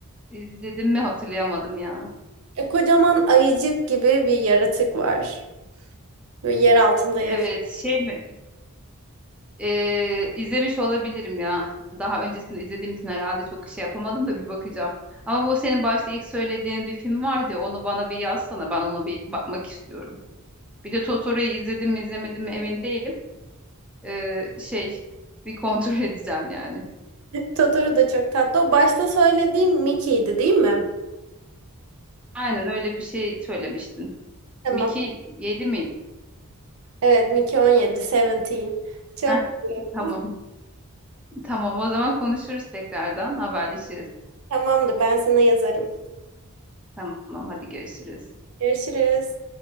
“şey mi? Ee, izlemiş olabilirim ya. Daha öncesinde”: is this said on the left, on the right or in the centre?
Centre